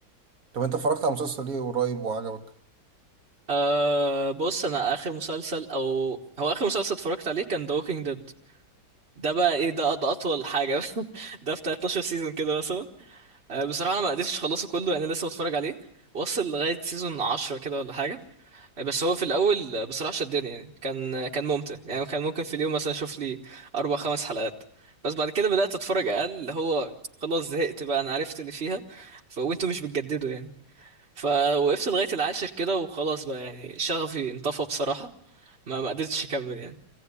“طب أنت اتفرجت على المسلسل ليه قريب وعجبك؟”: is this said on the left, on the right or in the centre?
Right